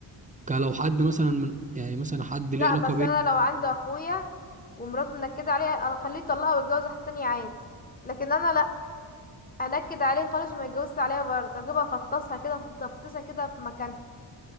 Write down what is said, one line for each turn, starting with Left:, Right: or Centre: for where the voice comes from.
Right: كلو حد مثلا من يعني مثلا حد
Left: لا
Right: ليه علاقه
Left: بس
Right: بيا
Left: انا لو عندي اخويا ومراته منكدة عليه اخليه يطلقها ويتجوز واحدة تانية عادي لكن انا لا انكد عليه خالص وما يتجوزش عليا برضه اجيبها افطسها كده في تفطيسها كده في مكان